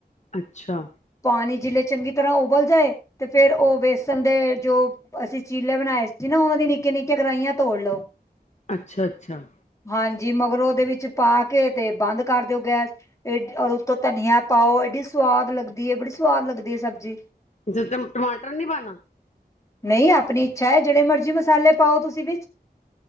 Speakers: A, on the left (about 45°); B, on the left (about 20°).
A: ਅੱਛਾ।
B: ਪਾਣੀ ਚਿੱਲੇ ਚੰਗੀ ਤਰ੍ਹਾਂ ਉਬਲ ਜਾਏ ਤੇ ਫਿਰ ਉਹ ਵੇਸਣ ਦੇ ਜੋ ਅਸੀਂ ਚੀਲੇ ਬਣਾਏ ਸੀ ਨਾ ਉਹਨਾਂ ਦੀ ਨਿੱਕੀਆਂ ਨਿੱਕੀਆਂ ਗਰਾਹੀਆਂ ਤੋੜ ਲੋੋ।
A: ਅੱਛਾ- ਅੱਛਾ।
B: ਹਾਂਜੀ ਮਗਰੋ, ਉਹਦੇ ਵਿੱਚ ਪਾ ਕੇ ਤੇ ਬੰਦ ਕਰ ਦਿਓ ਗੈਸ। ਇਹ ਔਰ ਉਤੋਂ ਧਨੀਆ ਪਾਓ ਏਡੀ ਸਆਦ ਲੱਗਦੀ ਏ, ਬੜੀ ਸਵਾਦ ਲੱਗਦੀ ਹੈ ਸਬਜ਼ੀ
A: <unintelligible> ਟਮਾਟਰ ਨੀ ਪਾਉਣਾ
B: ਨਹੀਂ ਆਪਣੀ ਇੱਛਾ ਹੈ ਜਿਹੜੇ ਮਰਜ਼ੀ ਮਸਾਲੇ ਪਾਓ ਤੁਸੀਂ ਵਿੱਚ।